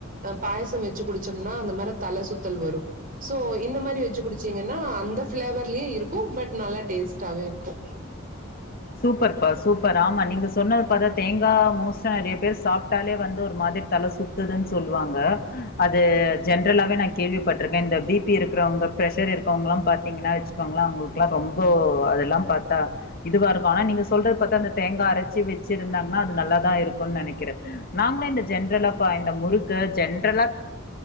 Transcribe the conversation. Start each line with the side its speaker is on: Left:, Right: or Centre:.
Right: பாயசம் வச்சு குடிச்சோம்னா அந்த மாதிரி தலை சுத்தல் வரும் சோ இந்த மாதிரி வச்சு குடிச்சீங்கன்னா அந்த ஃபிளேவர்லயும் இருக்கும் பட் நல்லா டேஸ்டாவே இருக்கும்
Left: சூப்பர் பா சூப்பர் ஆமா நீங்க சொன்னது பாத்தா தேங்காய் மோஸ்டா நெறைய பேர் சாப்பிட்டாலே வந்து ஒரு மாதிரி தலை சுத்துதுன்னு சொல்லுவாங்க அது ஜென்ரலாவே நான் கேள்விப்பட்டிருக்கேன் இந்த பி பி இருக்கறவங்க பிரஷர் இருக்கறவங்க எல்லா பாத்தீங்கன்னா வச்சுக்கோங்களாம் அவங்களுக்கு எல்லாம ரொம்ப அதெல்லாம் பாத்தா இதுவா இரு ஆனா நீங்க சொல்றத பாத்தா அந்த தேங்காய் அரைச்சி வச்சு இருந்தாங்கன்னா அது நல்லா தான் இருக்கும்னு நினைக்கிறேன் நாங்களும் இந்த ஜென்ரலா இந்த முறுக்கு ஜென்ரலா